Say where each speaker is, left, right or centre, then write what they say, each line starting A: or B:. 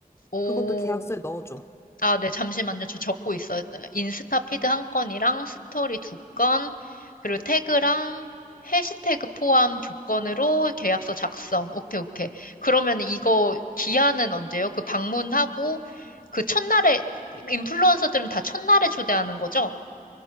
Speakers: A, on the left (about 70°); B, on the left (about 15°).
A: 오.
B: 그것도 계약서에 넣어줘.
A: 아, 네, 잠시만요. 저 적고 있어요. 인스타 피드 한 건이랑 스토리 두 건, 그리고 태그랑 해시태그 포함 조건으로 계약서 작성. 오케이, 오케이. 그러면 이거 기한은 언제요? 그 방문하고 그 첫날에, 인플루언서들은 다 첫날에 초대하는 거죠?